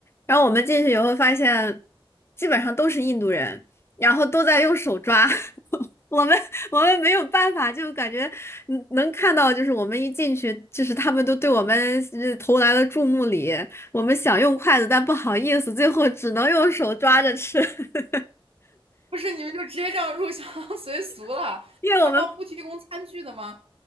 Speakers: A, on the left; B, on the right.
A: 然后我们进去以后发现，基本上都是印度人，然后都在用手抓。<laughs> 我们我们没有办法，就感觉嗯能看到，就是我们一进去，就是他们都对我们呃投来了注目礼。我们想用筷子，但不好意思，最后只能用手抓着吃。<laughs>
B: 不是，你们就直接这样入乡 <laughs> 随俗了？
A: 因为我们
B: 难道不提供餐具的吗？